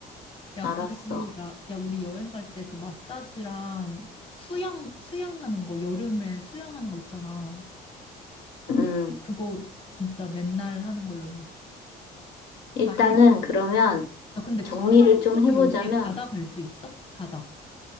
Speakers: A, on the left; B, on the left.
A: 야
B: 알았어.
A: 그리고 나 야 우리 여행 갈 때 그 마사지랑 수영 수영하는 거 여름에 수영하는 거 있잖아
B: 음,
A: 그거 진짜 맨날 하는 걸로 해
B: 일단은
A: 과일 먹고.
B: 그러면
A: 야 근데
B: 정리를
A: 쿠알라룸푸르
B: 좀 해보자면,
A: 여기에 바다 갈 수 있어? 바다